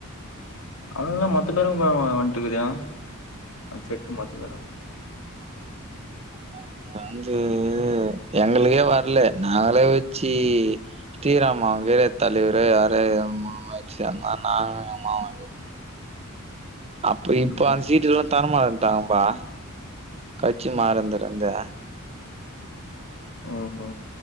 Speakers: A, on the left; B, on the right.
A: அவனுங்களா மொத்த பேருவா வ வந்ட்டுக்குதயா அந்த செட்டு மொத்த பேரு
B: <unintelligible> எங்களுக்கே வரல நாங்களே வச்சு தீராமா வீர தலைவர் <unintelligible> அப்ப இப்ப
A: ம்
B: அந்த சீட்டுக்லா தரமாட்டன்டாங்பா கட்சி மாறந்திலிருந்து
A: ஓஹோ